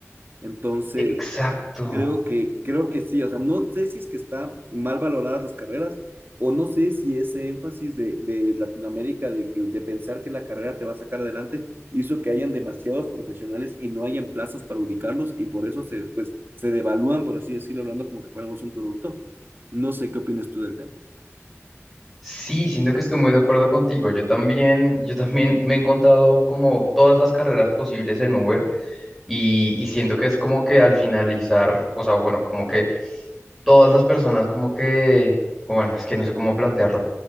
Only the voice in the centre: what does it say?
Exacto.
Sí, siento que estoy muy de acuerdo contigo. Yo también, yo también me he encontrado como todas las carreras posibles en Uber Y, y siento que es como que al finalizar, o sea, bueno, como que todas las personas como que, bueno, es que no sé cómo plantearlo.